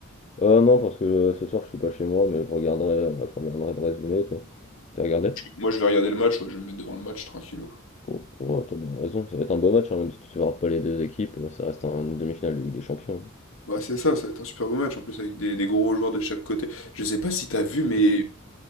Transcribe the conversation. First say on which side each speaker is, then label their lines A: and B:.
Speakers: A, on the left; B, on the left.
A: Euh, non, parce que euh, ce soir, je suis pas chez moi, mais je regarderai, euh, je regarderai le résumé, toi. T'as regardé?
B: Moi, je vais regarder le match, ouais, je vais me mettre devant le match tranquillou.
A: Oh, oh, t'as bien raison, ça va être un beau match, hein, même si tu ne supportes pas les deux équipes, euh, ça reste un- une demi-finale de Ligue des Champions.
B: Bah, c'est ça, ça va être un super beau match en plus avec des, des gros joueurs de chaque côté. Je sais pas si t'as vu, mais
A: Mm.